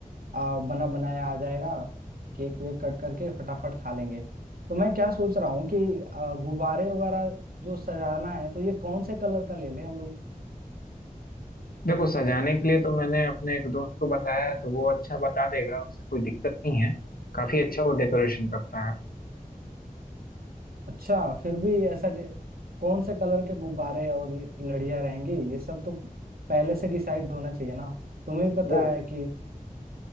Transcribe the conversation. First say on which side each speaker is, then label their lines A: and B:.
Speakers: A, on the right; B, on the left.
A: आ, बना बनाया आ जाएगा केक वेक कट करके फटाफट खा लेंगे तो मैं क्या सोच रहा हूँ कि आ, गुब्बारे वगैरह जो सजाना है तो ये कौन से कलर का ले लें हम लोग
B: देखो सजाने के लिए तो मैंने अपने एक दोस्त को बताया है तो वो अच्छा बता देगा उससे कोई दिक्कत नहीं है काफी अच्छा वो डेकोरेशन करता है
A: अच्छा फिर भी ऐसा डे- कौन से कलर के गुब्बारे और ये लड़ियाँ रहेंगी ये सब तो पहले से डिसाइड होना चाहिए ना तुम्हें भी पता
B: वो
A: है कि